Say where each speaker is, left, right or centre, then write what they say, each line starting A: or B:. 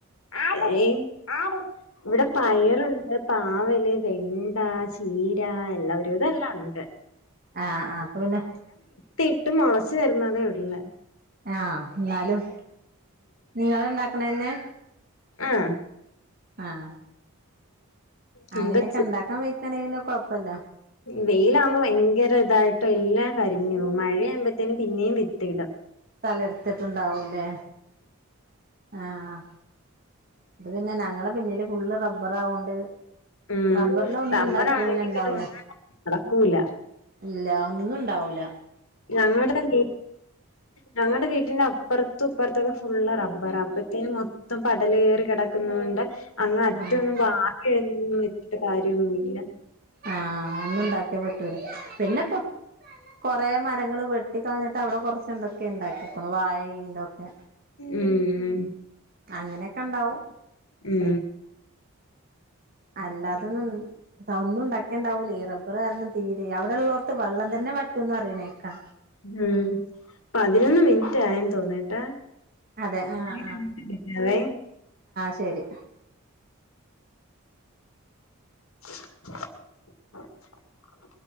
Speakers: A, on the left; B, on the right.
A: ഈ ആട് ആട് ഇവിടെ പയറുണ്ട് പാവല് വെണ്ട ചീര എല്ല ഒരുവിധം എല്ലാം ഒണ്ട്
B: ആഹ് ആഹ് അപ്പൊ പിന്നെ
A: ത്തിട്ട് മൊളച്ചു വരുന്നതേയൊള്
B: ആഹ് ഇന്നാലും നിങ്ങള് ഇണ്ടാക്കണയെന്നെ
A: ആഹാ
B: ആഹ
A: നമുക്ക്
B: അങ്ങനയൊക്കെ ഇണ്ടാക്കാൻ വെയ്ക്കാണെങ്കി പിന്നെ കൊയപ്പില്ല
A: വെയിലാവുമ്പോ വയങ്കര ഇതായിട്ട് എല്ലാം കരിഞ്ഞു പോവും മഴയാവുമ്പത്തേനും പിന്നേ വിത്തിടും
B: തലർത്തിട്ടുണ്ടാവൂല്ലേ ആഹ് അതെന്നെ ഞങ്ങളെ പിന്നില് ഫുള് റബ റബ്ബർ ആവൊണ്ട്
A: ഉം
B: റബ്ബറിലൊന്നും
A: റബ്ബറാണെങ്കി
B: ഇണ്ടാക്കിയ പിന്നെ ഇണ്ടാവൂല
A: ഒന്നും നടക്കൂല
B: ഇല്ല ഒന്നുണ്ടാവൂല
A: ഞങ്ങടെ വീ ഞങ്ങടെ വീട്ടിന്റെ അപ്പറത്തും ഇപ്പറത്തൊക്കെ ഫുള് റബ്ബറാ അപ്പത്തേന് മൊത്തം പടല് കേറി കിട ക്കുന്നോണ്ട് അങ്ങ് അറ്റൊന്നും
B: ആഹ്
A: വാഴയൊന്നും വെച്ചിട്ട് കാര്യോന്നുല്ല
B: ആഹ് ഒന്നുണ്ടാക്കിയ പറ്റൂല പിന്നെപ്പൊ കൊറേ മരങ്ങള് വെട്ടിക്കളഞ്ഞിട്ട് അവിടെ കൊറച്ച് എന്തൊക്കെ ഇണ്ടാക്കിക്ക്ണു വായിം ഇതൊ ക്കെ
A: ഉം
B: അങ്ങനെക്കെണ്ടാവും.
A: ഉം
B: അല്ലാതെന്നും ഒന്നും ഇണ്ടാക്ക്യാ ഇണ്ടാവൂലെ റബ്ബർ കാരണം തീരെ അവടെ ഇള്ളോട്ത്ത് വെള്ളം തന്നെ വറ്റുംന്ന് പറയ്ണേക്കാ.
A: ഉം പതിനൊന്ന് മിനിറ്റായെന്ന് തോന്ന്ട്ടാ
B: അതെ ആഹ്
A: ഇനി പിന്നീട് വിളിക്കാവേ
B: ശെരി
A: <inaudible>